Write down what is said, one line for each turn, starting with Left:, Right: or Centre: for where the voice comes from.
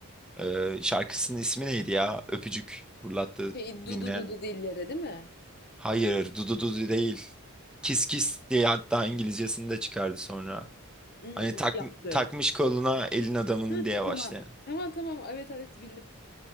Centre: e, şarkısının ismi neydi ya? Öpücük fırlattı
Left: Şey dudu
Centre: dinleyen.
Left: dudu dillere değil mi?
Centre: Hayır, Dudu Dudu değil. Kiss Kiss diye hatta İngilizcesini de çıkardı sonra.
Left: Hı hı,
Centre: Hani tak,
Left: Yaptı.
Centre: takmış koluna elin adamının
Left: Ha,
Centre: diye
Left: tamam.
Centre: başlayan.
Left: Tamam tamam evet evet bildim.